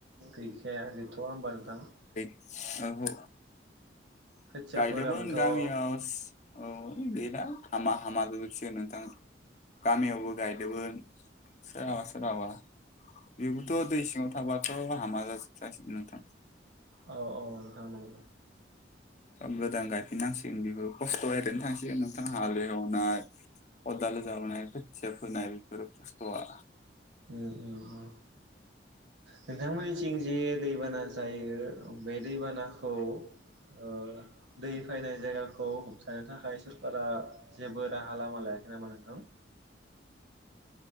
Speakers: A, on the right; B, on the left.
A: गैखाया गैथ'वा होमबा नोंथां‌?
B: औ हो
A: खोथियाफोराबोथ'
B: गायदोंमोन गामियाव
A: औ
B: औ गैला। हामा -हामा जाजोबसिगोन नोंथां गामियावबो गायदोंमोन सोरहाबा सोरहाबा बेबोथ' दै सिङाव थाबाथ' हामा जाजोबजासिगोन नोंथां।
A: औ- औ नंथां नंगौ।
B: गोदान गायफिननांसिगोन बेबो खस्थ' ओरैनो थांसिगोन नोंथां हालेवनाय खदाल जावनाय खोथिया फोनाय बेफोर खस्थ'आ।
A: उम-उम -उम नोंथांमोननिथिं जे दैबाना जायो बे दै बाना खौ ओ दै फायनाय जायगाखौ <unintelligible> थाखाय सोरकारा जेबो राहा लामा लायाखै नामा नोंथां?